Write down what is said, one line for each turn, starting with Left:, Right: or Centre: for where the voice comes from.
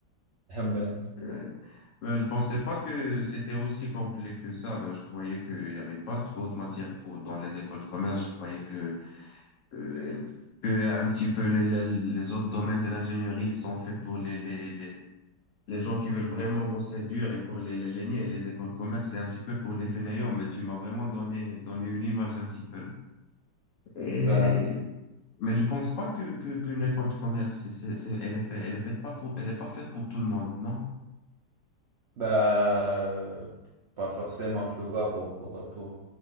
Right: Ah ben,
Left: Euh, ben, je pensais pas que c'était aussi complet que ça. Ben, je croyais qu'il n'y avait pas trop de matières pour, dans les écoles de commerce. Je croyais que, euh, que un petit peu les, les, les autres domaines de l'ingénierie ils sont faits pour les, les, les, Les gens qui veulent vraiment bosser dur et pour les, les génies et les écoles de commerce, c'est un petit peu pour les fainéants, mais tu m'as vraiment donné, donné une image un petit peu. là. Et,
Right: bah,
Left: mais je pense pas que, que, qu'une école de commerce, c'est, c'est, c'est- elle est fait, elle est faite pas pour, elle est pas faite pour tout le monde, non?
Right: bah, euh, pas forcément, tu vois, pour, pour, pour,